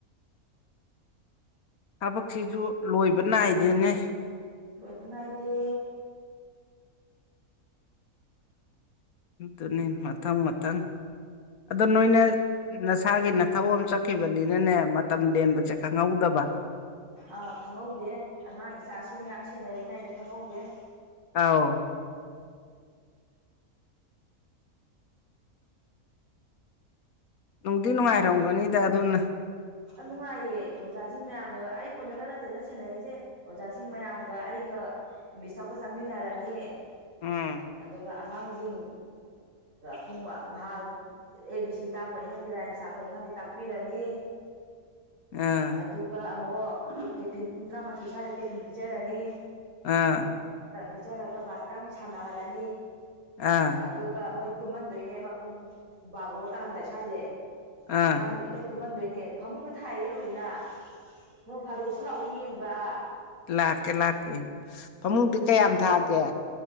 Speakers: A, on the left (about 75°); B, on the right (about 65°).
A: ꯊꯕꯛꯁꯤꯁꯨ ꯂꯣꯏꯕ ꯅꯥꯏꯗꯦꯅꯦ
B: ꯂꯣꯏꯕ ꯅꯥꯏꯗꯦ
A: ꯑꯗꯨꯅꯤ ꯃꯊꯪ ꯃꯊꯪ ꯑꯗꯣ ꯅꯣꯏꯅ ꯅꯁꯥꯒꯤ ꯅꯊꯧ ꯑꯃ ꯆꯠꯈꯤꯕꯅꯤꯅꯅꯦ ꯃꯇꯝ ꯂꯦꯟꯕꯁꯦ ꯈꯪꯍꯧꯗꯕ
B: ꯑ ꯈꯪꯍꯧꯗꯦ ꯑꯉꯥꯡ ꯏꯆꯥ ꯏꯁꯨ ꯃꯌꯥꯝ ꯁꯦꯟꯅꯔꯤꯉꯩꯗ ꯈꯪꯍꯧꯗꯦ
A: ꯑꯧ ꯅꯨꯡꯗꯤ ꯅꯨꯡꯉꯥꯏꯔꯝꯒꯅꯤꯗ ꯑꯗꯨꯅ
B: ꯅꯨꯡꯉꯥꯏꯌꯦ ꯑꯣꯖꯥꯁꯤꯡ ꯃꯌꯥꯝ ꯑꯩ ꯊꯟꯗꯅ ꯅꯠꯇꯦꯗ ꯁꯦꯟꯅꯩꯁꯦ ꯑꯣꯖꯥꯁꯤꯡ ꯃꯌꯥꯝꯒ ꯑꯩꯒ ꯃꯤꯁ ꯑꯃꯒ ꯆꯠꯃꯤꯟꯅꯔꯅꯤ
A: ꯎꯝ
B: ꯑꯗꯨꯒ ꯑꯉꯥꯡꯁꯤꯡ ꯄꯨꯡ ꯉꯍꯥꯛ ꯑꯦ ꯕꯤ ꯁꯤ ꯇꯥꯛꯄꯅꯤ ꯈꯪꯗꯦ ꯔꯥꯏꯝꯁ ꯇꯥꯛꯄꯅꯤ ꯈꯪꯗꯦ ꯇꯥꯛꯄꯤꯔꯅꯤ
A: ꯑꯥ
B: ꯑꯗꯨꯒ ꯑꯃꯨꯛ ꯇꯦꯐꯤꯟ ꯄꯨꯡ ꯇꯔꯥꯃꯥꯊꯣꯏ ꯁ꯭ꯋꯥꯏꯗ ꯇꯦꯐꯤꯟ ꯄꯤꯖꯔꯅꯤ
A: ꯑꯥ
B: ꯄꯤꯖꯔꯒ ꯉꯥꯛꯇꯪ ꯁꯥꯟꯅꯍꯜꯂꯅꯤ
A: ꯑꯥ
B: ꯑꯗꯨꯒ ꯃꯣꯏ ꯇꯨꯝꯍꯟꯗꯣꯏꯅꯦꯕ ꯄꯨꯡ ꯕꯥꯔꯣ ꯇꯥꯔꯝꯗꯥꯏ ꯁ꯭ꯋꯥꯏꯁꯦ
A: ꯑꯥ
B: ꯑꯉꯥꯡꯁꯤꯖꯤ ꯂꯣꯏ ꯇꯨꯝꯍꯟꯗꯣꯏꯅꯦ ꯐꯃꯨꯡꯒ ꯊꯥꯏꯌꯦ ꯂꯣꯏꯅ ꯅꯣꯡ ꯐꯥꯗꯣꯛꯁꯨ ꯂꯥꯛꯑꯣ ꯌꯦꯡꯕ
A: ꯂꯥꯛꯀꯦ ꯂꯥꯛꯀꯦ ꯐꯃꯨꯡꯗꯤ
B: ꯑꯗꯨꯅꯦ
A: ꯀꯌꯥꯝ ꯊꯥꯒꯦ